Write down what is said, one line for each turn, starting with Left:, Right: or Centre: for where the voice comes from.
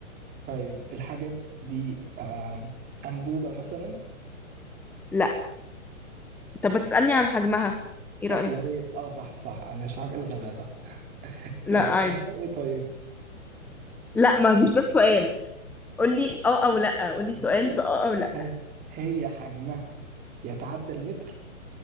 Right: طيب الحاجة دي أم، أنبوبة مثلا
Centre: لا طب ما تسألني عن حجمها ايه
Right: طب
Centre: رأيك
Right: يا ريت اه صح صح أنا مش عارف إيه الغباء ده
Centre: لا
Right: أه،
Centre: عادي
Right: حجمها إيه طيب
Centre: لا ما مش ده السؤال قولي اه او لا قولي
Right: <laughs>
Centre: سؤال باه او لا
Right: طيب هي حجمها يتعدى المتر